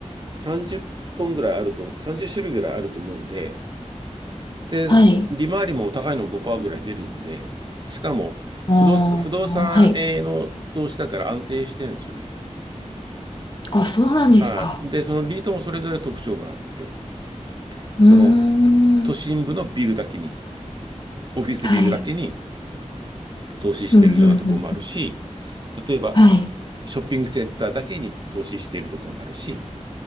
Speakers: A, on the right; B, on the left.
A: 30本ぐらいあると、30種類ぐらいあると思うんで、で、
B: はい。
A: 利回りも高いの5%ぐらい出るんで、しかも、
B: あー、
A: 不動、不動産への投資だから安定してるんですよね。
B: はい。あ、そうなんですか。
A: はい。で、そのリートもそれぞれ特徴があって、
B: うーん、
A: その都心部のビルだけに、オフィスビルだけに
B: はい。
A: 投資してるようなところもあるし、
B: うん、うん、うん。
A: 例えば、
B: はい。
A: ショッピングセンターだけに投資しているところもあるし、